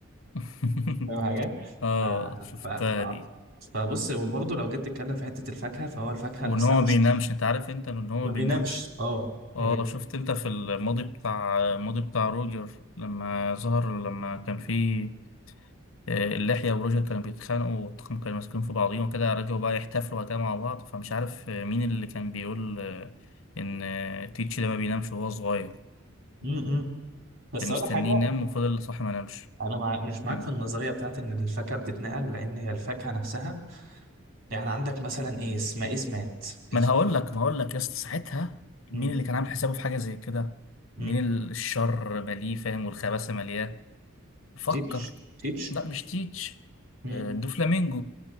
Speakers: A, on the left; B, on the right.
A: <laughs>
B: فاهم حاجه
A: اه
B: ف...
A: شفتها
B: ف... ف...
A: دي
B: فبص وبرضه لو جيت تتكلم في حتة الفاكهة فهو الفاكهة
A: وان
B: نفسها
A: هو
B: مش
A: ما بينامش انت عارف انت ان هو
B: ما
A: ما
B: بينامش
A: بينامش
B: اه ما
A: اه
B: بينامش
A: شفت انت في الماضي بتاع الماضي بتاع روجر لما ظهر لما كان فيه آه، اللحية وروجر كانوا بيتخانقوا والطاقم كانوا ماسكين في بعضيهم وكده رجعوا بقى يحتفلوا وكده مع بعض فمش عارف آه، مين اللي كان بيقول آه، إن آه، تيتش ده ما بينامش وهو صغير
B: م- م. بس
A: كان مستنيه
B: أقول لك حاجة
A: ينام وفضل صاحي ما نامش
B: أنا مع... مش معاك
A: مم.
B: في النظرية بتاعت إن الفاكهة بتتنقل لأن هي الفاكهة نفسها يعني عندك مثلا إيه اسمها إيه اسمات
A: ما
B: الف...
A: أنا هقول لك ما هقول لك يا اسطى ساعتها مين
B: م-
A: اللي كان عامل حسابه في حاجة زي كده
B: م.
A: مين ال- الشر مليه فاهم والخباثة ملياه فكر
B: تيتش تيتش
A: لا مش تيتش
B: م.
A: آه، دوفلامينجو